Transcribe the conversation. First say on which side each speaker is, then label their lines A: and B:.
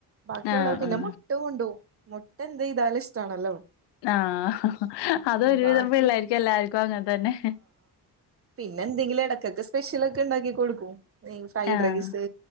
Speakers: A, on the right; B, on the left.
A: ബാക്കിയുള്ളവർക്ക്
B: ആഹ്
A: പിന്നെ
B: ആഹ്
A: <unintelligible> മുട്ട കൊണ്ടോവും മുട്ട എന്ത്‌ ചെയ്താലും ഇഷ്ടാണല്ലോ
B: ആഹ് അത് ഒരു
A: ബാക്കി
B: വിധം പിള്ളാർക്ക് എല്ലാർക്കും അങ്ങനെ തന്നെ
A: പിന്നെന്തെങ്കിലും ഇടക്കൊക്കെ സ്പെഷ്യൽ ഒക്കെ ഇണ്ടാക്കി കൊടുക്കും ഫ്രൈഡ്
B: ആഹ്
A: റൈസ്